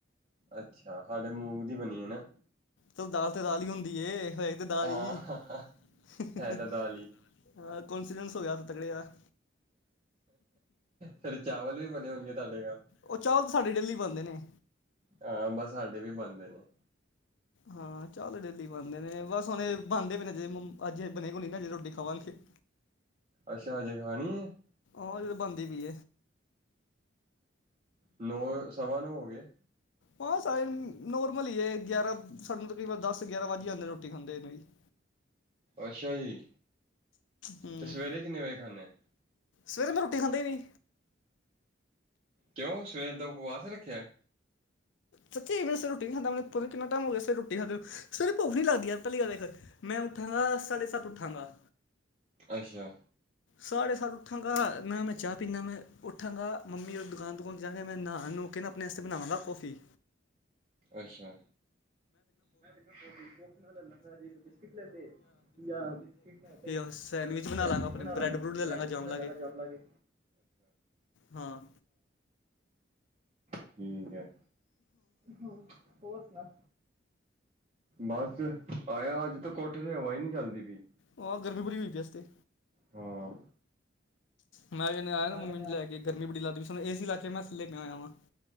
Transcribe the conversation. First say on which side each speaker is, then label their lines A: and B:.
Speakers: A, on the right; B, on the left.
A: ਅੱਛਾ ਸਾਡੇ ਮੂੰਗ ਦੀ ਬਣੀ ਹੈ। ਨਾ
B: ਚਲ ਦਾਲ ਤੇ ਦਾਲ ਹੀ ਹੁੰਦੀ ਤੇ ਦਾਲ
A: ਹਾਂ
B: ਹੀ। ਅ
A: ਹੈ ਤਾਂ ਦਾਲ ਹੀ
B: ਕਨਫਿਡੈਂਸ ਹੋ ਗਿਆ ਤਕੜੇ ਯਾਰ ਦਾ।
A: ਫੇਰ ਚਾਵਲ ਵੀ ਬਣੇ ਹੋਣਗੇ ਤੁਹਾਡੇ ਘਰ
B: ਉਹ ਚਾਵਲ ਤਾਂ ਸਾਡੇ ਡੇਲੀ ਬਣਦੇ ਨੇ।
A: ਹਾਂ। ਬਸ ਸਾਡੇ ਵੀ ਬਣਦੇ ਨੇ।
B: ਹਾਂ। ਚਾਵਲ ਡੇਲੀ ਬਣਦੇ ਨੇ ਬਸ ਹੁਣ ਇਹ ਬਣਦੇ ਵੀ ਨਾ ਜੇ ਅੱਜ ਬਣੇ ਹੋਣੇ ਰੋਟੀ ਖਾਵਾਂਗੇ। <inaudible>
A: ਅੱਛਾ। ਅਜੇ ਖਾਣੀ ਹੈ।
B: ਆ ਜੋਂ ਬਣਦੀ ਪਈ
A: ਨੌ ਸਵਾ ਨੌ ਹੋ ਗਏ
B: ਹਾਂ। ਸਾਰੇ ਨੋਰਮਲੀ ਹੀ ਹੈ ਗਿਆਰਾਂ ਸਾਨੂੰ ਤਕਰੀਬਨ ਦਸ ਗਿਆਰਾਂ ਵੱਜ ਜਾਂਦੇ ਰੋਟੀ ਖਾਂਦੇ ਇਹਨੂੰ ਵੀ। <inaudible>
A: ਅੱਛਾ ਜੀ,
B: ਹੂੰ
A: ਤੇ ਸਵੇਰੇ ਕਿੰਨੇ ਵਜੇ ਖਾਨਦੇ
B: ਸਵੇਰੇ ਮੈਂ ਰੋਟੀ ਖਦੀ ਹੀ ਨਹੀਂ।
A: ਕਿਉਂ ਸਵੇਰ ਦਾ ਉਪਵਾਸ ਰੱਖਿਆ?
B: ਸੱਚੀ ਮੈਂ ਸਵੇਰੇ ਰੋਟੀ ਨੀਂ ਖਾਂਦਾ ਮੈਨੂੰ ਪਤਾ ਨੀਂ ਕਿੰਨਾ ਟਾਈਮ ਹੋ ਗਿਆ, ਸਵੇਰੇ ਰੋਟੀ ਖਾਧੇ ਨੂੰ ਸਵੇਰੇ ਭੁੱਖ ਨਹੀਂ ਲਗਦੀ ਯਾਰ ਪਹਿਲੀ ਗੱਲ ਦੇਖ। ਮੈਂ ਉਠਾਂਗਾ ਸਾਡੇ ਸੱਤ ਉਠਾਂਗਾ।
A: ਅੱਛਾ।
B: ਸਾਢੇ ਸਤ ਉਠਾਂਗਾ ਨਾ, ਮੈਂ ਚਾਹ ਪੀਂਨਾ ਮੈਂ ਉੱਠਾਂਗਾ ਮੰਮੀ ਉਦੋ ਦੁਕਾਨ ਦਕੂਨ ਤੇ ਜਾਣਗੇ ਮੈ ਨਹਾ ਨੁਹ ਕੇ ਅ ਆਪਣੇ ਵਾਸਤੇ ਬਣਾਵਾਂਗਾ ਕੌਫੀ
A: ਅੱਛਾ। ਮੈਂ ਪਹਿਲ ਕਫੀ ਕੌਫੀ ਨਾਲ ਲੈ ਲਾਂਗਾ ਜੇ ਕੋਈ ਬਿਸਕਿਟ ਲੈ ਲਏ ਜਾਂ ਬਿਸਕਿਟ ਨਾਲ
B: ਤੇ ਸੈਂਡਵਿਚ
A: ਸੈਂਡਵਿਚ
B: ਆਪਣੇ
A: ਬਣਾ ਲਾਂਗਾ
B: ਬਰੂਡ
A: ਬ੍ਰੈਡ
B: ਲਾਂਗਾ
A: ਬਰੂਦ
B: ਜਾਮ ਲਾ
A: ਲੈ
B: ਕੇ
A: ਲਾਂ ਗਾ
B: ਹਾਂ।
A: ਠੀਕ ਹੈ, ਹਾਂ ਹੋਰ ਸੁਣਾ। ਬਸ ਆਇਆ ਅੱਜ ਤਾਂ ਕੋਠੇ ਤੇ ਹਵਾ ਹੀ ਨਹੀਂ ਚੱਲਦੀ ਪਈ।
B: ਬਾਹਹ ਗਰਮੀ ਬੜੀ ਹੋਈ ਇਸ 'ਟਾਈਮ
A: ਹਾਂ।
B: ਮੈਂ ਵੀ ਆਇਆ ਨਾ
A: ਮੈਂ
B: ਮੰਮੀ
A: ਕਿਹਾ
B: ਨੂੰ ਲੈ ਕੇ ਗਰਮੀ ਬੜੀ ਲੱਗਦੀ ਸਾਨੂੰ ਏਸੀ ਲਾ ਕੇ ਮੈਂ ਥੱਲੇ ਪਿਆ ਹੋਇਆ ਵਾਂ